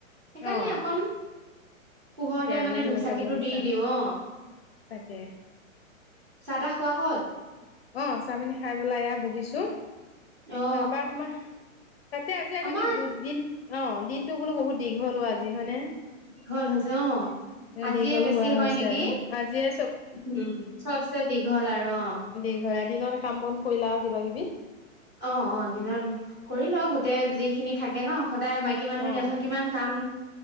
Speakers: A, on the right; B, on the left.
A: সেইকাৰণে
B: অ',
A: অকণ পোহৰতে
B: এতিয়া আজৰি
A: মানে
B: হৈ
A: ধূপ
B: লৈ পেলাই
A: চাকিটো
B: বহিছা
A: দি দিওঁ অ।
B: তাকে।
A: চাহ তাহ খোৱা হ'ল?
B: অ, চাহ পানী খাই বেলাই এয়া বহিছো।
A: অ
B: তাৰপা তোমাৰ, তাতে আজি আকৌ
A: আমাৰ
B: দিন, অ দিনটো বোলো বহুত দীঘলো, আজি হয়নে?
A: দীঘল হৈছে। অ আজিয়ে
B: দীঘল
A: বেছি
B: হোৱা
A: হয়
B: হৈছে
A: নেকি
B: আজি। আজিয়ে
A: উম চবচে দীঘল। আৰু অ
B: দিঘলে দিন, কাম বন কৰিলা আৰু কিবা কিবি?
A: অ অ দিনত কৰি লও গোটেই যিখিনি থাকে ন। সদায় মাইকী মানুহ
B: অ',
A: দিয়াচোন কিমান কাম